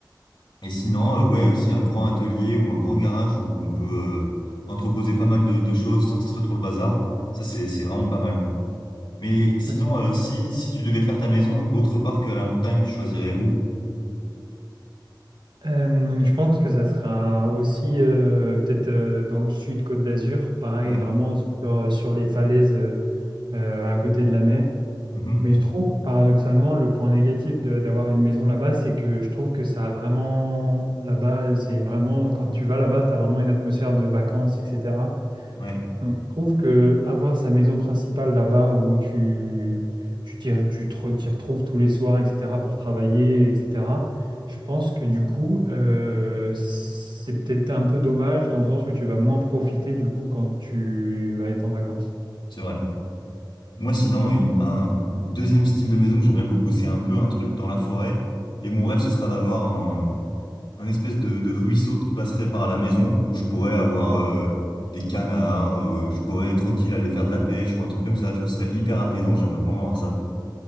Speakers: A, on the left; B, on the right.
A: Et sinon, euh,
B: un-
A: ouais, aussi un grand atelier ou un grand garage où on peut euh, entreposer pas mal de, de choses sans que ce soit trop le bazar. Ça, c'est c'est vraiment pas mal. Mais sinon,
B: ok.
A: euh, si si tu devais faire ta maison autre part qu'à la montagne, tu choisirais où?
B: Euh, je pense que ça sera aussi euh, peut-être euh, dans le sud, Côte d'Azur, pareil,
A: Ouais,
B: vraiment sur, sur les falaises euh, à côté de la mer.
A: Mhm.
B: Mais je trouve, paradoxalement, le point négatif de- d'avoir une maison là-bas, c'est que je trouve que ça a vraiment, là-bas, c'est vraiment, quand tu vas là-bas, tu as vraiment une atmosphère de vacances, etc.
A: Ouais,
B: Donc, je trouve que avoir sa maison principale là-bas où tu, tu, t'y- tu te re- t'y retrouves tous les soirs, etc., pour travailler, etc., je pense que du coup, euh, c'est peut-être un peu dommage dans le sens où tu vas moins profiter du coup quand tu vas être en vacances.
A: c'est vrai. Moi, sinon, une- un deuxième style de maison que j'aimerais beaucoup, c'est un peu un truc dans la forêt. Et mon rêve, ce sera d'avoir un, un espèce de, de ruisseau qui passerait par la maison où je pourrais avoir euh, des canards, euh, je pourrais tranquille aller faire de la pêche ou un truc comme ça. Tu vois, ce serait hyper apaisant, j'aimerais vraiment avoir ça.